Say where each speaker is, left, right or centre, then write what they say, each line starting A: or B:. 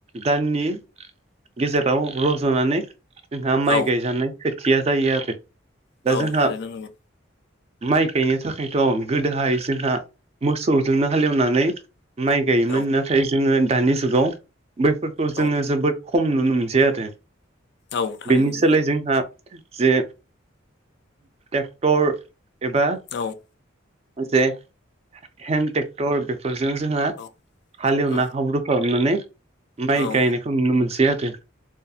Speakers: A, on the right; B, on the left.
A: दाननि गेजेराव रज'नानै जोंहा
B: औ
A: माइ गायजानाय खोथिया जायो आरो
B: औ
A: दा जोंहा
B: थारैनो नंगौ
A: माइ गायनो थाखायथ' गोदोहाय जोंहा मोसौजोंनो हालेवनानै माइ गायोमोन
B: औ
A: नाथाय जोङो दानि जुगाव बैफोरखौ
B: औ
A: जोङो जोबोद खम नुनो मोनसै आरो
B: औ थारैनो
A: बेनि सोलाय जोंहा जे टेक्टर एबा
B: औ
A: जे हेनटेक्टर बेब फोरजों जोंहा
B: औ
A: हालेवना
B: औ
A: हाब्रु खालामनानै माइ
B: औ
A: गायनायखौ नुनो मोनो जेहाथे